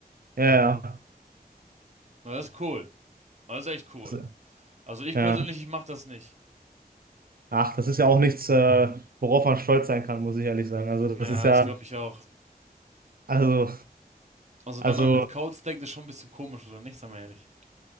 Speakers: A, on the right; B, on the right.
A: Ja,
B: Na, das ist cool. Das ist echt cool.
A: ja.
B: Also ich
A: Ja.
B: persönlich, ich mach das nicht.
A: Ach, das ist ja auch nichts, äh, worauf man stolz sein kann, muss ich ehrlich sagen. Also
B: Ja,
A: das ist ja,
B: das glaube ich auch.
A: also,
B: Also
A: also,
B: wenn man mit Codes denkt, ist schon ein bisschen komisch, oder nicht? Sag mal ehrlich.